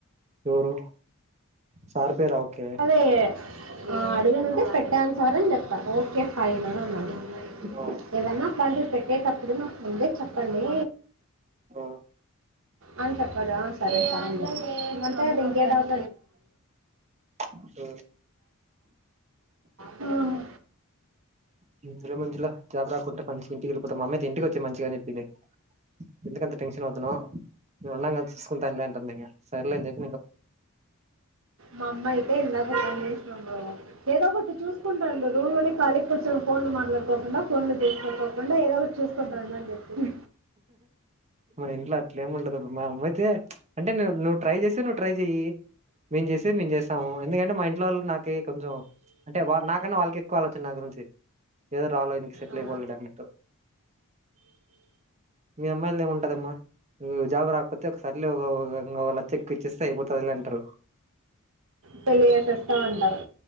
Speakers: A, on the right; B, on the right.
A: ఎవరు సార్ పేరా ఓకే
B: అదే
A: ఆ
B: ఆ అడుగుతుంటే
A: ఆ
B: పెట్టాను సార్ అని చెప్ ఒకే ఫైనా అని అన్నాడు
A: ఆ
B: ఏదన్నా అట్లాంటివి పెట్ డేట్ అప్పుడు మాకు ముందే చెప్పండి
A: ఆ, ఆ,
B: అని చెప్పాడు <unintelligible>
A: ఆ.
B: హ్మ్
A: <unintelligible> మంజులా జాబ్ రాకుంటే మంచిగా ఇంటికి వెళ్ళిపోతా. మమ్మ అయితే ఇంటికి వచ్చేయ్ మంచిగా అని చెప్పింది. ఎందుకాంత టెన్షన్ అవుతున్నావ్? మేం ఉన్నాం కదా చూసుకుంటాం గా అంటాంది ఇంక సర్లే అని చెప్
B: మమ్మైతే ఇంగా <unintelligible> ఏదో ఒకటి చూసుకుంటాండు నువ్వినక్ కాళిగా కూర్చొని ఫోన్లు మాట్లాడుకోకుండా, ఫోన్లు చేసుకోకొకుండా ఏదోకటి చూసుకుంటానుండు అని చెప్పి.
A: మా ఇంట్లో అట్లేమి ఉండదబ్బ, మా అమ్మయితే అంటే ను్ నువ్ ట్రై చేస్తే, నువ్వు ట్రై చెయ్యి. మేము చేసేది మేం చేస్ టం, ఎందుకంటే మా ఇంట్లోఆళ్లు నాక్ కే కొంచెం, అంటే వా నాకన్నా వాళ్ళకి ఎక్కువ ఆలోచన నా గురించి. ఏదో ఒకటి రావాల ఈనికి సెటిల్
B: ఆ,
A: అయిపోవాలీడు అన్నట్టు. మీ అమ్మాయిల్దేమున్ పదమ్మా, ఉమ్ జాబు రాకపోతే సర్లే ఓ ఓ ఒక లక్ష ఎక్కువ ఇచ్చేస్తే అయిపోతదిలే అంటరు.
B: పెళ్లి చేసేస్తా అంటరు.